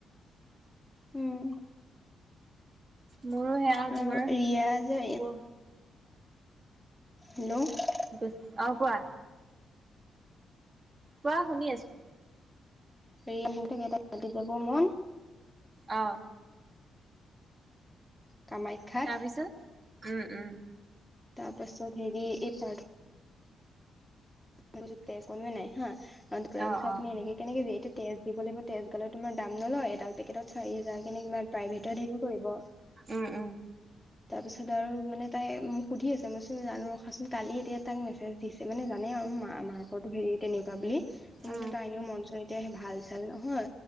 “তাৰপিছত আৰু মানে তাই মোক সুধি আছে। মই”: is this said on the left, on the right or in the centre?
Centre